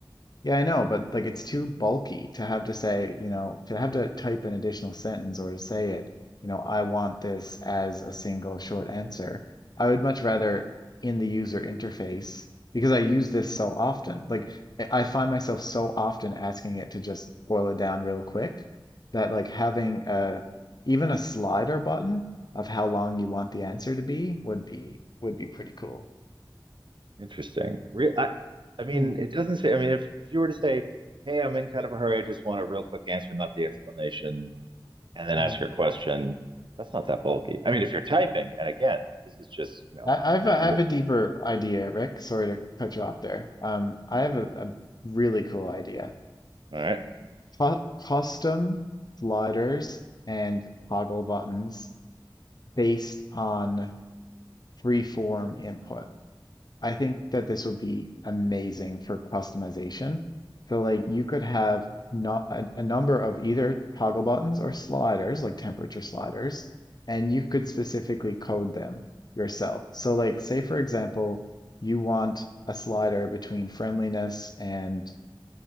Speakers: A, on the left (about 55°); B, on the right (about 70°).
A: yeah, I know, but like it's too bulky to have to say, you know, to have to type an additional sentence or to say it, you know, I want this as a single short answer. I would much rather in the user interface because I use this so often. Like I I find myself so often asking it to just boil it down real quick that like having a even a slider button of how long you want the answer to be would be would be pretty cool.
B: Interesting. Re- I, I mean,
A: Mm,
B: it doesn't say I mean if, if you were to say, "Hey, I'm in kind of a hurry. I just want a real quick answer, not the explanation," and then
A: mm.
B: ask your question, that's not that bulky. I mean, if you're typing, and again, this is just, you know,
A: I, I've
B: kind
A: a, I
B: of mo-
A: have a deeper idea, Rick. Sorry to cut you off there. Um, I
B: hmm,
A: have a, a really cool idea.
B: all right.
A: Co custom sliders and toggle buttons based on freeform input. I think that this would be amazing for customization. So like you could have not a, a number of either toggle buttons or sliders, like temperature sliders, and you could specifically code them yourself. So like say for example, you want a slider between friendliness and